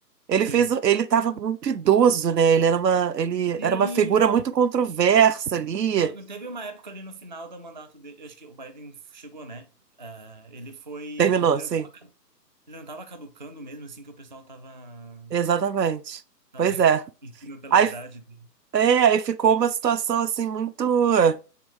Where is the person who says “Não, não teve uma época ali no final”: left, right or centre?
Right